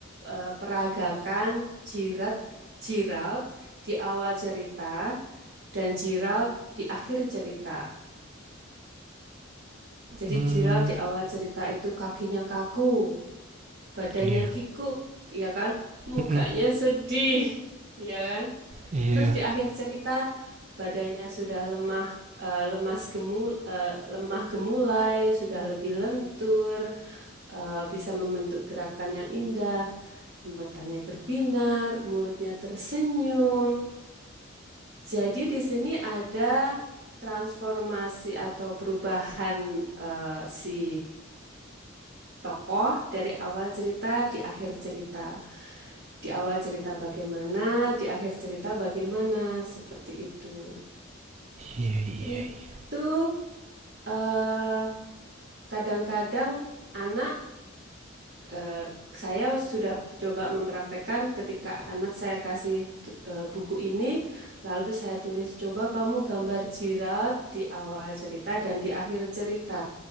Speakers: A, on the right (about 55°); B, on the right (about 35°).
A: eh, peragakan jirat Gerald di awal cerita dan Gerald di akhir cerita. Jadi
B: Hmm,
A: Gerald di awal cerita itu kakinya kaku, badannya
B: iya.
A: kikuk, ya kan? Mukanya
B: mm
A: sedih, <laughs> ya kan?
B: Iya,
A: Terus di akhir cerita badannya sudah lemah, eh, lemas gemul, eh, lemah gemulai, sudah lebih lentur, eh, bisa membentuk gerakan yang indah, matanya berbinar, mulutnya tersenyum, Jadi di sini ada transformasi atau perubahan eh, si tokoh dari awal cerita di akhir cerita. Di awal cerita bagaimana, di akhir cerita bagaimana, seperti itu.
B: iya, iya.
A: Itu
B: iya.
A: eh, kadang-kadang anak eh, saya sudah coba mempraktekkan ketika anak saya kasih tu- eh, buku ini, lalu saya tulis, coba kamu gambar Gerald di awal cerita dan di akhir cerita.